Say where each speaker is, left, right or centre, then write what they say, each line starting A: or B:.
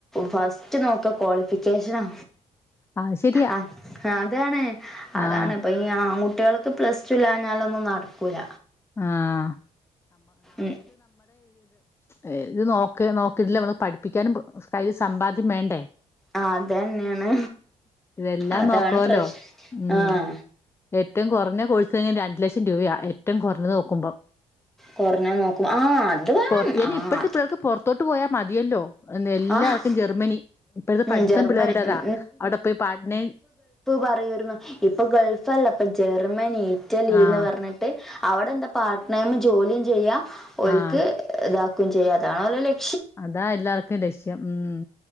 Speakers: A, in the centre; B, on the left.
A: ഫസ്റ്റ് നോക്ക ക്വാളിഫിക്കേഷനാ
B: ആഹ ശരിയാ
A: ആഹ് അതാണ് അതാണ്
B: ആഹ്
A: ഇപ്പൊ ഈ ആൺകുട്ടികൾക്ക് പ്ലസ് ടു ഇല്ലഞ്ഞാലൊന്നും നടക്കൂല
B: ആഹ്
A: ഉം
B: ഏ ഇത് നോക്ക് നോക്കിട്ടില്ല നമ്മൾ പഠിപ്പിക്കാനും കയ്ൽ സമ്പാദ്യം വേണ്ടേ
A: ആ അത തന്നെയാണ്
B: ഇതെല്ലാം
A: അതാണ്
B: നോക്കണോല്ലോ
A: പ്രശ്
B: ഉം
A: ആഹ
B: ഏറ്റവും കുറഞ്ഞ കോഴ്സ് രണ്ടു ലക്ഷം രൂപയാ ഏറ്റവും കുറഞ്ഞ നോക്കുമ്പം
A: കൊറഞ്ഞ നോക്കും ആഹ് അത് വേണം
B: ഉംറ ഇനി
A: ആഹ്
B: ഇപ്പഴത്തെ
A: അത്
B: ഇപ്പേർക്ക് പുൊറത്തോട്ട് പോയാൽ മതിയല്ലോ എല്ലാർക്കും
A: ആഹ്
B: ജർമ്മനി ഇപ്പോഴത്തെ
A: ഉം
B: പഠിത്തം
A: ജർമ്മനി
B: പിള്ളേരുട അതാ
A: ഉം
B: അവിടെ പോയി പാടിന
A: പറയരുന്നു ഇപ്പൊ ഗൾഫല്ല ഇപ്പൊ ജർമ്മനി റ്റ ലീന്ന്
B: ആഹ്
A: പറഞ്ഞിട്ട് അവിടെ എന്താ പാർട്ട്നൈും ജോലിയും ചെയ്യാ ഒക്ക്
B: ആഹ്
A: ഇത ചെയ്യാതണോല്ലോല്ലേ
B: അതാ എല്ലാർക്കും ലക്ഷ്യം ഉം